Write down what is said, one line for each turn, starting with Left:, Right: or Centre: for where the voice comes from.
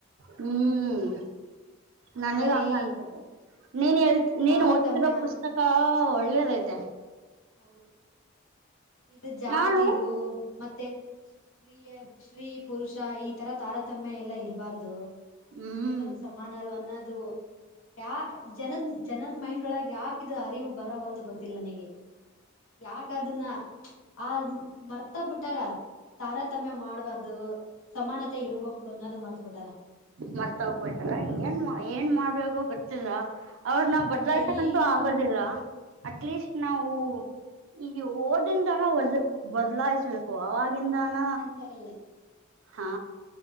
Right: ಹ್ಮ್. ನನಗ
Left: ಬರೀ
Right: ಹಂಗ ಅನ್ಸದ ನೀನ್ ಹೇಳ್ತ ನೀನ್
Left: ತಾರತಮ್ಯ
Right: ಓದ್ತಿರೋ ಪುಸ್ತಕ. ಸ್ತಕ ಒಳ್ಳೇದೈತೆ.
Left: ಹೌದು ಇದು ಜಾತಿದು.
Right: ನಾನು
Left: ಮತ್ತೆ ಶ್ರೀಯ ಶ್ರೀ ಪುರುಷ ಈ ತರ ತಾರತಮ್ಯ ಎಲ್ಲಾ ಇರಬಾರ್ದು.
Right: ಹ್ಮ್.
Left: ಎಲ್ಲರೂ ಸಮಾನರು ಅನ್ನದು. ಯಾಕ ಜನದ ಜನರ ಮೈಂಡ್ ಒಳಗ ಯಾಕಿದ ಅರಿವು ಬರವಲ್ದು ಗೊತ್ತಿಲ್ಲ ನನ್ಗೆ. ಯಾಕದನ್ನ ಆ ಮರ್ತ ಬುಟ್ಟಾರ ತಾರತಮ್ಯ ಮಾಡ್ಬಾರ್ದು. ಸಮಾನತೆ ಇರ್ಬೇಕು ಅನ್ನೋದ ಮರ್ತ್ ಬಿಟ್ಟಾರ.
Right: ಮರ್ತೋಗಬಿಟ್ಟಾರ ಏನ್ ಏನ್
Left: ಹ್ಮ್
Right: ಮಾಡ್ಬೇಕೋ ಗೊತ್ತಿಲ್ಲ. ಅವ್ರ ನಾವು ಬದ್ಲಾಯ್ಸಕಂತೂ
Left: ಇಲ್ಲ ಈಗಿನ
Right: ಆಗೋದಿಲ್ಲ ಅಟ್ಲೀಸ್ಟ್
Left: ಹೌದು
Right: ನಾವು. ಈ ಓದಿಂದಾನ್ ಬದ್ ಬದ್ಲಾಯಿಸ್ಬೇಕು ಆವಾಗಿಂದಾನ.
Left: ಬರಲ್ಲ.
Right: ಹಾ.